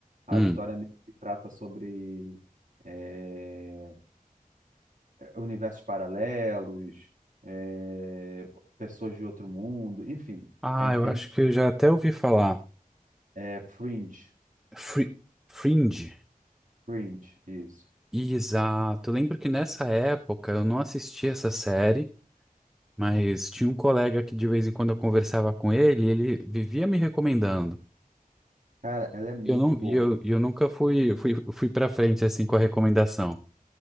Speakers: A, on the right (about 55°); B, in the centre.
A: A
B: Hum.
A: história meio que trata sobre eh, universos paralelos, eh, pessoas de outro mundo, enfim,
B: Ah,
A: é bem
B: eu acho que eu já até ouvi falar.
A: É Fringe.
B: Fri- Fringe.
A: Fringe, isso.
B: Exato. Eu lembro que nessa época eu não assisti essa série, Mas tinha um colega que de vez em quando eu conversava com ele, e ele vivia me recomendando.
A: Cara, ela é muito
B: E eu, não,
A: boa.
B: e eu, e eu nunca fui, fui, fui para frente assim com a recomendação.